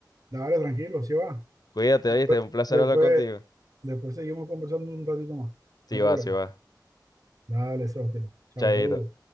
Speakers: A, on the right; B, on the left.
A: dale tranquilo, si va.
B: cuídate,
A: Después,
B: ¿viste? Un placer
A: después,
B: hablar contigo.
A: después seguimos conversando un ratito más,
B: Sí
A: no hay problema.
B: va, sí va.
A: Dale, Sebastián. Chao,
B: Chaito.
A: saludos.